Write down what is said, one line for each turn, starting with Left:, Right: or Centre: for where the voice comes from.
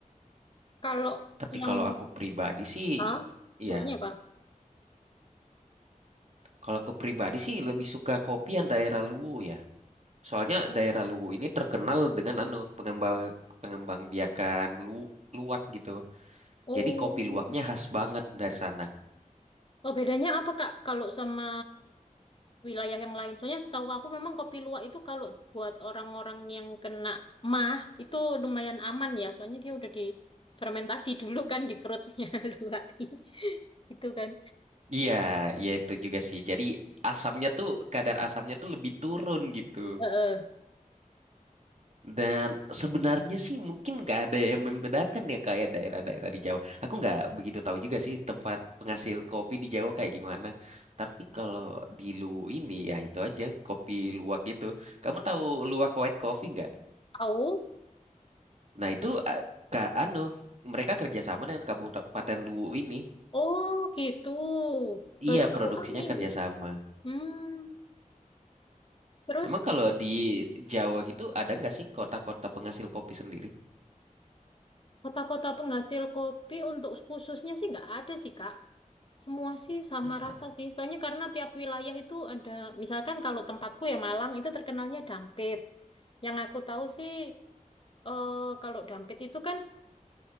Left: Kalau
Right: tapi
Left: yang
Right: kalau aku pribadi sih
Left: Hah? Sukanya
Right: ya,
Left: apa?
Right: kalau aku pribadi sih lebih suka kopi yang daerah Luwu ya. Soalnya daerah Luwu ini terkenal dengan anu pengembang pengembang biakan lu, luwak gitu.
Left: Oh.
Right: Jadi kopi luwaknya khas banget dari sana.
Left: Oh, bedanya apa Kak kalau sama wilayah yang lain. Soalnya setahu aku memang kopi luwak itu kalau buat orang-orang yang kena mah itu lumayan aman ya. Soalnya dia udah difermentasi dulu kan di perutnya <laughs> luwak. Gitu kan.
Right: Iya, ya itu juga sih. Jadi asamnya tuh kadar asamnya tuh lebih turun gitu.
Left: Heeh.
Right: Dan sebenarnya sih mungkin nggak ada yang membedakan ya kayak daerah-daerah di Jawa. Aku nggak begitu tahu juga sih tempat penghasil kopi di Jawa kayak gimana. Tapi kalau di Luwu ini ya itu aja kopi luwak gitu. Kamu tahu luwak white coffee nggak?
Left: Tahu?
Right: Nah itu eh, ke anu mereka kerjasama dengan Kabupaten Luwu ini.
Left: Oh, gitu. Baru
Right: Iya
Left: tahu
Right: produksinya
Left: aku ini.
Right: kerjasama.
Left: Hmm, terus
Right: Emang kalau di Jawa gitu ada nggak sih kota-kota penghasil kopi sendiri?
Left: kota-kota penghasil kopi untuk khususnya sih nggak ada sih, Kak. Semua sih sama
Right: Masa?
Left: rata sih. Soalnya karena tiap wilayah itu ada, misalkan kalau tempatku ya Malang itu terkenalnya dampit. Yang aku tahu sih, eh, kalau dampit itu kan